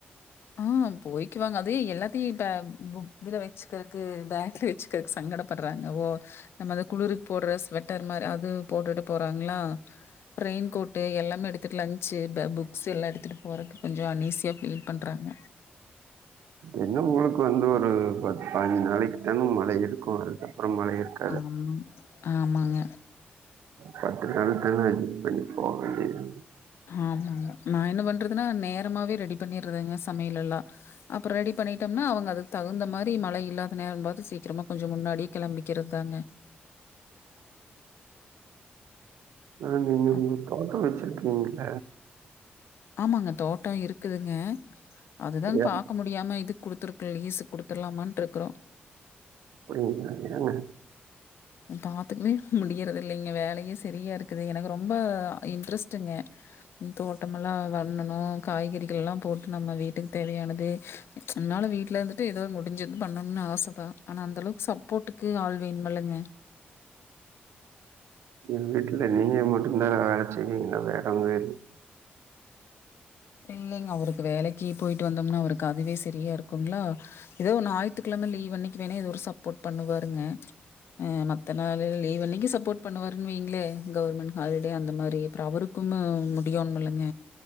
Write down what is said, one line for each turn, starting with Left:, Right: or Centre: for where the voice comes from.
Left: ஆ போய்க்கு வாங்க அதுே எல்லாத்தையு இப்ப இதுல வச்சுக்கறக்கு பேக்ல வச்சு சங்கடப்படுறாங்க ஓ நம்ம அந்த குளிருக்கு போடுற ஸ்வெட்டர் மாரி அது போட்டுட்டு போறாங்களா ரெயின் கோட்டு எல்லாமே எடுத்துட்டு லஞ்ச் புக்ஸ் எல்லா எடுத்துகட்டு போறக்கு கொஞ்ச அனீஸியா ஃபீல் பண்றாங்க
Right: என்ன மூலைக்கு வந்து ஒரு பத்து பாஞ்சு நாளைக்கு தானே மழ இருக்கு அதுக்கப்பற மழ இருக்கா
Left: ஆ ஆமாங்க
Right: பத்து நாள் தானே பண்ணி போக வேண்டிதா
Left: ஆமாங்க நா என்ன பண்றதுன்னா நேரமாவே ரெடி பண்ணிரதுங்க சமையலெல்லா அப்புற ரெடி பண்ணிட்டம்னா அவங்க அதுக்தகுந்த மாரி மழை இல்லாத நேரம்பாத்து சீக்கிரமா கொஞ்ச முன்னாடி கெளம்பிக் க்கிறதாங்க
Right: ஆ நீங்க
Left: அம்
Right: உங்க தோட்டோ வச்சிருக்கீங்கள
Left: ஆமாங்க தோட்ட இருக்குதுங்க அதுதாங்
Right: ஏன்
Left: பாக்க மு முடியாம இதுக்குடுத்துருக்கு லீசுக்குடுத்துர்லாமான்ட்ருக்றோ
Right: அட ஏங்க
Left: பாத்துக்வே முடியறதில்லிங்க வேலையே சரியாருக்குது எனக்கு ரொம்ப இன்ட்ரெஸ்டுங்க தோட்டமெல்லா வண்ணணு காய்கறிகள்லெல்லா போட்டு நம்ம வீட்டுக் தேவையானது நம்ளால வீட்லந்துட்டு ஏதோ முடிஞ்சது பண்ணணுனு ஆசதா ஆனா அந்தளவுக் சப்போட்டுக்கு ஆள் வேன்மல்லங்க
Right: எ வீட்டுல நீங்க மட்டுந்தா வேல செய்விங்களா வேறவங்க இ
Left: இல்லைங்க அவருக்கு வேலைக்கு போயிட்டு வந்தம்னா அவருக்கு அதுவே சரியா இருக்குங்ளா ஏதோ ஒ ஞாயித்துக்கெழம லீவ் அன்னிக் வேணா ஏதோ ஒரு சப்போர்ட் பண்ணுவாருங்க அ மத்தநாளுல லீவ்வன்னைக்கு சப்போர்ட் பண்ணுவாருன் வைங்ளே கவர்மெண்ட் ஹாலிடே அந்த மாரி அப்புற அவருக் குமு முடியோன்மல்லங்க